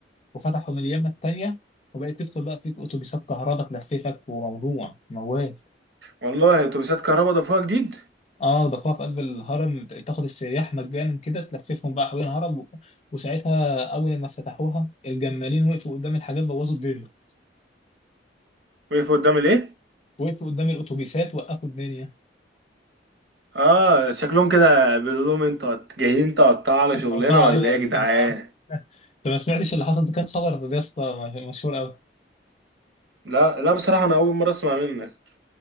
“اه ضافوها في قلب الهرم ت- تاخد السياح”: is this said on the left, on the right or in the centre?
Left